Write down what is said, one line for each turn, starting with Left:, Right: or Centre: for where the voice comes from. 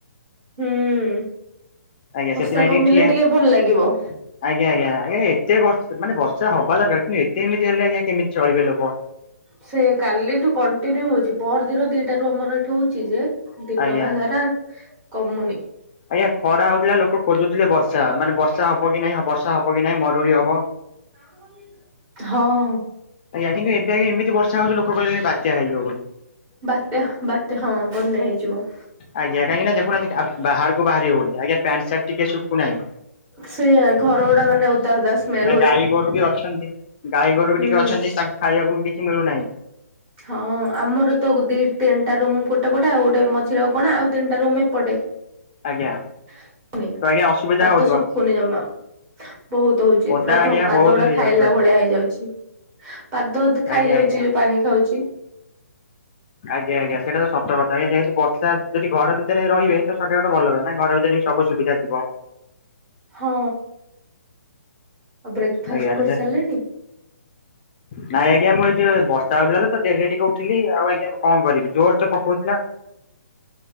Right: ହୁଁ
Left: ଆଜ୍ଞା ସେଥିପାଇଁ
Right: ବର୍ଷା କମିଲେ
Left: ଠିଆ
Right: ଟିକେ ଭଲ ଲାଗିବ।
Left: ଆଜ୍ଞା ଆଜ୍ଞା ଆଜ୍ଞା ଏତେ ବର୍ଷ ମାନେ ବର୍ଷା ହବା ଦରକାର କିନ୍ତୁ ଏତେ ଏମିତି ହେଲେ ଆଜ୍ଞା କେମିତି ଚଳିବେ ଲୋକ?
Right: ସେ କାଲିଠୁ କଣ୍ଟିନ୍ୟୁ ହଉଛି ପର ଦିନ ଦିଇଟାରୁ ଆମର ଏଠୁ ହଉଛି ଯେ ଦିନ
Left: ଆଜ୍ଞା
Right: ହାର କମୁନି।
Left: ଆଜ୍ଞା ଖରା ହଉଥିଲା ଲୋକ ଖୋଜୁଥିଲେ ବର୍ଷା ମାନେ ବର୍ଷା ହବ କି ନାଇଁ ବର୍ଷା ହବ କି ନାଇଁ ମରୁଡି ହବ।
Right: ହଁ।
Left: ଆଜ୍ଞା କିନ୍ତ ଏବେ ଆ ଏମତି ବର୍ଷା ହଉଛି ଲୋକ କହେ ବାତ୍ୟା ହେଇଯିବ ବୋଲି।
Right: ବାତ୍ୟା ବାତ୍ୟା ହଁ ବନ୍ୟା ହେଇଯିବ।
Left: ଆଜ୍ଞା କାହିଁକି ନା ଦେଖୁନାହାନ୍ତି ବାହାରକୁ ବାହାରି ହଉନି ଆଜ୍ଞା। ପ୍ୟଣ୍ଟ ଶାର୍ଟ ଟଟିିକ ଶୁଖୁ ନାହିଁ।
Right: ସେ ଘର ଗୁଡା ମାନେ ଓଦା ଓଦା ସ୍କେଲ
Left: ଗାଈ ଗୋରୁ ବି ଅଛନ୍ତି ଗାଈ ଗୋରୁ ବି
Right: ହୁଁ
Left: ଟିକେ ଅଛନ୍ତି ତାଙ୍କୁ ଖାଇବାକୁ କିଛି ମିଳୁନାହିଁ।
Right: ହଁ ଆମର ତ ଦି ତିନିଟା ରୁମ୍ ଗୋଟେ ପଟେ ଆଉ ଗୋଟେ ମଝିରେ ଆଉ କଣ ଆଉ ତିନିଟା ରୁମ୍ ଏପଟେ।
Left: ଆଜ୍ଞା।
Right: ଶୁଖୁନି
Left: ତ ଆଜ୍ଞା ଅସୁବିଧା
Right: ପାଦ
Left: ହଉଥିବ
Right: ଶୁଖୁନି ଯମା। ବହୁତ ହଉଛି
Left: ଓଦା
Right: ପୁରା
Left: ଆଜ୍ଞା
Right: ଧ ପାଦ
Left: ବହୁତ
Right: ଗୁଡା
Left: ହେଇଯାଉଥିବା।
Right: ଖାଇଲା ଭଳିଆ ହେଇଯାଉଛି। ପାଦ ଖାଇଯାଉଛି
Left: ଆଜ୍ଞା ଆଜ୍ଞା
Right: ଯୋଉ ପାଣି ଖାଉଛି।
Left: ଆଜ୍ଞା ଆଜ୍ଞା ସେଇଟା ତ ସତ କଥା ହେଇ ଯେହେତୁ ବର୍ଷା ଯଦି ଘର ଭିତରେ ରହିବେ ତ ସେଟା ଗୋଟେ ଭଲ ହେ ନାଇଁ ଘର ଭିତରେ ବି ସବୁ ସୁବିଧା ଥିବ।
Right: ହଁ ଆଉ ବ୍ରେକ୍ଫାଷ୍ଟ
Left: ଆଜ୍ଞା
Right: କରିସାରିଲେଣି?
Left: ନାଇଁ ଆଜ୍ଞା ମୁଁ ଏ ଟିକି ବର୍ଷା ହଉଥିଲା ତ ଡେରିରେ ଟିକେ ଉଠିଲି ଆଉ ଆଜ୍ଞା କଣ କରିବି ଜୋର ତ ପକଉଛି ନା